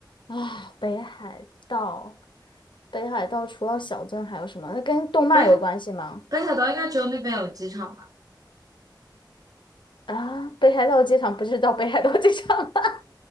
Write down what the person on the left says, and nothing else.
啊，北海道，北海道除了小樽还有什么？那跟动漫有关系吗？
啊，北海道机场不是叫北海道机场吗？